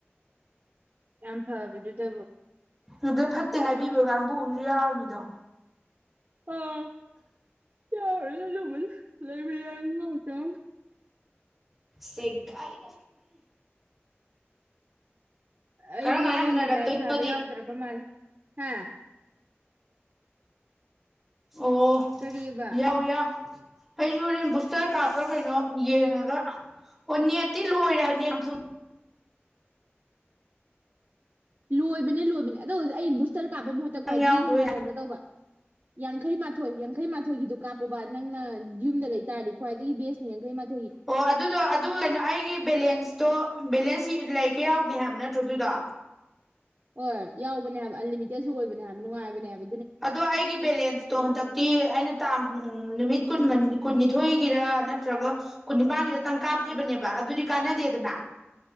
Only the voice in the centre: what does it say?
ꯑꯗꯨꯗ ꯐꯠꯇꯦ ꯍꯥꯏꯕꯤꯕꯣ ꯀꯥꯡꯕꯨ ꯑ ꯑꯃꯁꯨ ꯌꯥꯎꯔꯃꯤꯗꯣ
ꯁꯦꯥꯏꯔ
ꯀꯔꯝ ꯀꯥꯟꯗ
ꯍꯟꯅꯔꯛꯇꯣꯏꯅꯣꯗꯤ
ꯑꯣ
ꯌꯥꯎ ꯌꯥꯎ ꯑꯩꯁꯨ ꯍꯣꯔꯦꯟ ꯕꯨꯁꯇꯔ ꯀꯥꯞꯄ꯭ꯔꯥ ꯀꯩꯅꯣ ꯌꯦꯡꯉꯒ ꯑꯣ ꯅꯦꯠꯇꯤ ꯂꯣꯏꯔꯦ ꯅ ꯊ
ꯅꯪ
ꯌꯥꯎꯗꯣꯏꯅꯦ
ꯑꯣ ꯑꯗꯨꯗꯣ ꯑꯗꯨ ꯀꯩꯅꯣ ꯑꯩꯒꯤ ꯕꯦꯂꯦꯟꯁꯇꯣ ꯕꯦꯂꯦꯟꯁ ꯂꯩ ꯀ ꯌꯥꯎꯒ ꯍꯥꯏꯕ ꯅꯠꯇ꯭ꯔꯣ ꯇꯗꯨꯗ
ꯑꯗꯣ ꯑꯩꯒꯤ ꯕꯦꯂꯦꯟꯁꯇꯣ ꯍꯟꯗꯛꯇꯤ ꯑꯩꯅ ꯇꯥꯡ ꯎꯝ ꯅꯨꯃꯤꯠ ꯀꯨꯟ ꯀꯨꯟꯅꯤꯊꯣꯏꯒꯤꯔ ꯅꯠꯇ꯭ꯔꯒ ꯀꯨꯟꯅꯤꯄꯥꯟꯒꯤꯔꯇꯪ ꯀꯥꯞꯈꯤꯕꯅꯦꯕ ꯑꯗꯨꯗꯤ ꯀꯥꯟꯅꯗꯦꯗꯅ